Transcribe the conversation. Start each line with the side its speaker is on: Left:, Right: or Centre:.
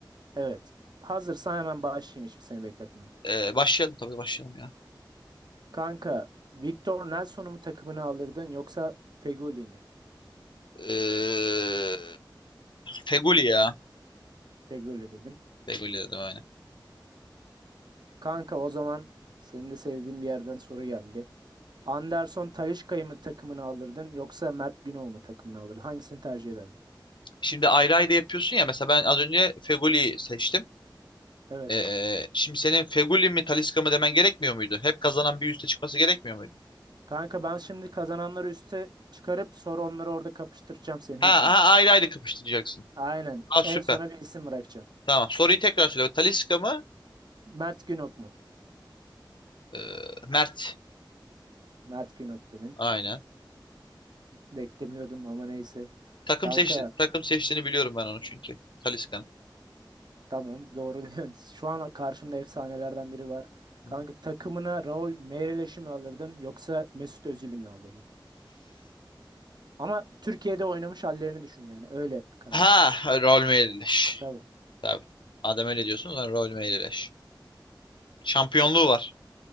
Right: Evet. Hazırsan hemen başlayayım hiç seni bekletmeden.
Left: Ee, başlayalım tabii başlayalım ya.
Right: Kanka, Victor Nelson'u mu takımını alırdın yoksa Fegoli mi?
Left: Ee, Feguli ya.
Right: Fegoli dedin.
Left: Feguli dedim aynen.
Right: Kanka o zaman senin de sevdiğin bir yerden soru geldi. Anderson Talisca'yı mı takımını alırdın yoksa Mert Günok'u mu takımını alırdın? Hangisini tercih ederdin?
Left: Şimdi ayrı ayrı yapıyorsun ya. Mesela ben az önce Feguli'yi seçtim.
Right: Evet.
Left: Ee, şimdi senin Feguli mi Talisca mı demen gerekmiyor muydu? Hep kazanan bir üste çıkması gerekmiyor muydu?
Right: Kanka ben şimdi kazananları üste çıkarıp sonra onları orada kapıştıracağım senin
Left: Ha,
Right: için.
Left: ha ayrı ayrı kapıştıracaksın.
Right: Aynen.
Left: Ha süper.
Right: En sona bir isim bırakacağım.
Left: Tamam. Soruyu tekrar söyle. Talisca mı?
Right: Mert Günok mu?
Left: Ee, Mert.
Right: Mert Günok dedin.
Left: Aynen.
Right: Beklemiyordum ama neyse.
Left: Takım
Right: Kanka
Left: seçti, takım seçtiğini biliyorum ben onu çünkü. Talisca'nın.
Right: Tamam doğru <laughs> diyorsun. Şu an karşımda efsanelerden biri var.
Left: Hı
Right: Kanka
Left: hı.
Right: takımına Raul Meireles mi alırdın yoksa Mesut Özil'i mi alırdın? Ama Türkiye'de oynamış hallerini düşün yani. Öyle karar
Left: Ha,
Right: ver.
Left: rol meyleş.
Right: Tabii.
Left: Tabii. Adem öyle diyorsunuz ben rol meyleş. Şampiyonluğu var.